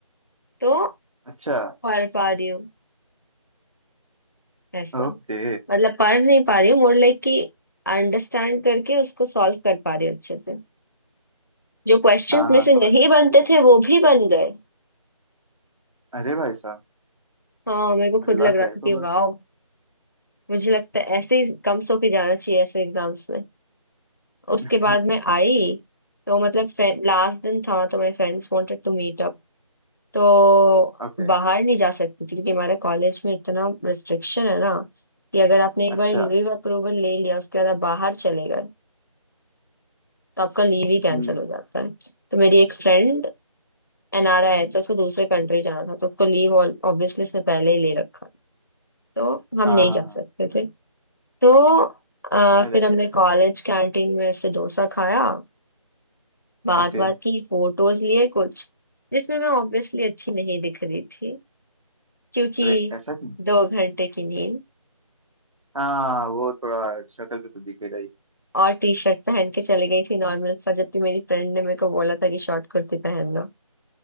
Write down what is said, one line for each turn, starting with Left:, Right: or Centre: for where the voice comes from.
Left: तो
Right: अच्छा
Left: पढ़ पा रही हूँ ऐसा
Right: ओके
Left: मतलब पढ़ नहीं पा रही हूँ मोर लाइक कि अंडरस्टैंड करके उसको सॉल्व कर पा रही हूँ अच्छे से जो क्वेश्चंस
Right: हाँ
Left: में
Right: हाँ समझ
Left: से नहीं
Right: गया समझ
Left: बनते
Right: गया
Left: थे वो भी बन गए
Right: अरे भाई साहब
Left: हाँ मेरे को खुद
Right: लक
Left: लग रहा
Right: है
Left: था
Right: तो
Left: कि
Right: बस
Left: वाह मुझे लगता है ऐसे ही कम सो के जाना चाहिए ऐसे एग्जाम्स में उसके
Right: <laughs>
Left: बाद मैं आई तो मतलब फ्रेंड लास्ट दिन था तो my friends wanted to meet up तो
Right: ओके
Left: बाहर नहीं जा सकती थी क्योंकि हमारे कॉलेज में इतना रिस्ट्रिक्शन है ना कि अगर आपने एक
Right: अच्छा
Left: बार लीव अप्रूवल ले लिया उसके बाद आप बाहर चले गए तो आपका लीव ही कैंसिल
Right: हम्म
Left: हो जाता है तो मेरी एक फ्रेंड एनआरआई है तो उसको दूसरे कंट्री जाना था तो उसको लीव ऑब्वियसली उसने पहले ही ले रखा तो हम
Right: हाँ
Left: नहीं
Right: हाँ
Left: जा
Right: हाँ
Left: सकते थे तो अ,
Right: अरे
Left: फिर हमने कॉलेज कैंटीन में से डोसा खाया बात
Right: ओके
Left: बात की फोटोज लिए कुछ जिसमें मैं ऑब्वियसली अच्छी नहीं दिख रही थी क्योंकि
Right: अरे ऐसा क्यों
Left: दो घंटे की नींद
Right: हाँ वो थोड़ा शक्ल पे तो दिखेगा ही
Left: और टी शर्ट पहन के चली गई थी नॉर्मल सा जबकि मेरी फ्रेंड ने मेरे को बोला था कि शॉर्ट कुर्ती पहनना